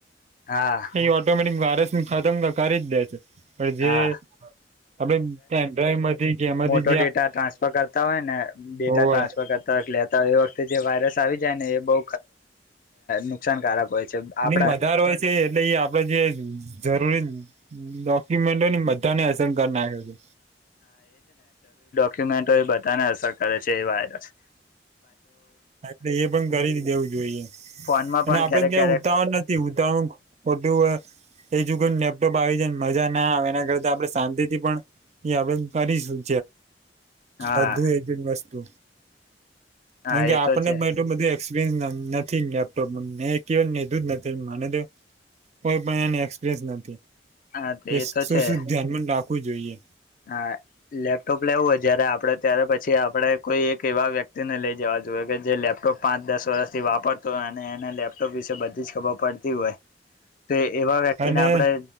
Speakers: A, on the left; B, on the right.
A: હા
B: એ ઓટોમેટિક વાયરસું ખતમ તો કરી જ દે છે પણ જે
A: હા
B: આપડે પેન્ટ્રઈવ માંથી કેમાંથી
A: તો ડેટા ટ્રાન્સફર કરતા હોય ને ડેટા
B: હોવા
A: ટ્રાન્સફર કરતા વખત લેતા હોય એ વખત જે વાયરસ આવી જાય ને એ બહુ નુકસાનકારક હોય છે
B: અને
A: આપડા
B: વધારે હોય છે એટલે એ આપડે જે જરૂરી ડોક્યુમેન્ટોની બધાને અસરકર નાખે છે
A: કે મેન્ટો એ બધાને અસર કરે છે એ વાઈરસ
B: એટલે એ પણ કરી દેવું જોઈએ
A: ફોનમાં
B: અને
A: પણ
B: આપડે
A: ક્યારેક
B: ક્યાંય
A: ક્યારેક
B: ઉત્તાહરણ નથી ઉત્તરણ ખટું એજુગને લેપટોપ આવી જાયને મજા ના આવે એના કરતા આપડણે શાંતિ થી પણ આપણે કરીશું
A: હા
B: અધું એજ વસ્તુ
A: હા
B: કારણ કે
A: એ તો
B: આપણને
A: છે
B: એટલું બધું એક્સપિરિયન્સ નથી લેપટોપ મેં કેવ લીધું જ નથી મને તો કોઈ પણ એ એક્સપરયસ નથી
A: હા
B: એ શ
A: તો છે
B: શ ધ્યાનમાં રાખવું જોઈએ
A: હા લેપટોપ લેવું હો જયારે આપડે ત્યારે પછી પછી આપણે કોઈ એક એવા વ્યક્તિને લઈ જવા જોઈએ કે જે લેપટોપ પાંચ દસ વર્ષથી વાપરતો હોય એ લેપટોપ વિશે બધી જ ખબર પડતી હોય તો એવા વ્યક્તિને
B: અને
A: આપણેે